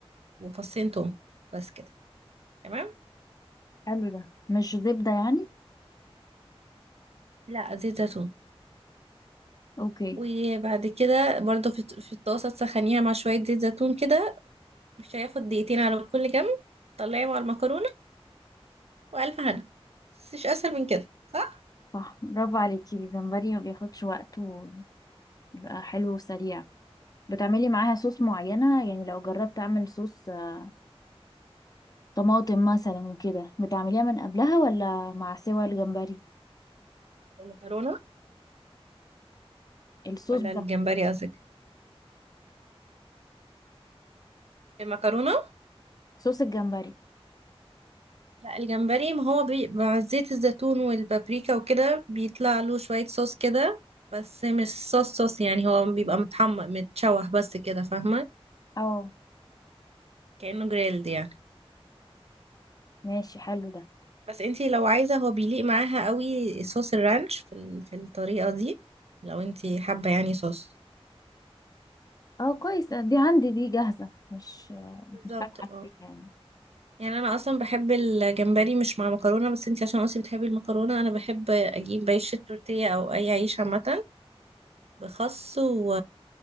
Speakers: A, on the right (about 80°); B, on the left (about 35°).
A: وفصين توم بس كده تمام
B: حلو ده مش زبده يعني
A: لا زيت زيتون
B: اوكي
A: وبعد كده برضو في في الطاسه تسخنيها مع شويه زيت زيتون كده مش هياخد دقيقتين على كل جنب طلعي مع المكرونه والف هنا مش اسهل من كده صح
B: صح برافو عليكي الجمبري ما بياخدش وقت وبيبقى حلو وسريع بتعملي معاها صوص معينه يعني لو جربت اعمل صوص آه، طماطم مثلا وكده بتعمليها من قبلها ولا مع سوى الجمبري
A: المكرونه
B: الصوص
A: ولا
B: بتاع
A: الجمبري قصدك المكرونة
B: صوص الجمبري
A: لا الجمبري ما هو بي... مع زيت الزيتون والبابريكا وكده بيطلع له شوية صوص كده بس مش صوص صوص يعني هو بيبقى متحمر متشوح بس كده فاهمة
B: اه
A: كأنه جريلد يعني
B: ماشي حلو ده
A: بس انتي لو عايزة هو بيليق معاها قوي صوص الرانش في, ال... في الطريقة دي لو انتي حابة يعني صوص
B: اه كويس دي عندي دي جاهزة مش
A: بالظبط
B: مش فاتحة
A: اه
B: فيها يعني
A: يعني انا اصلا بحب الجمبري مش مع مكرونة بس انتي عشان قلتي بتحبي المكرونة انا بحب اجيب عيش التورتيه او اي عيش عامة بخس و...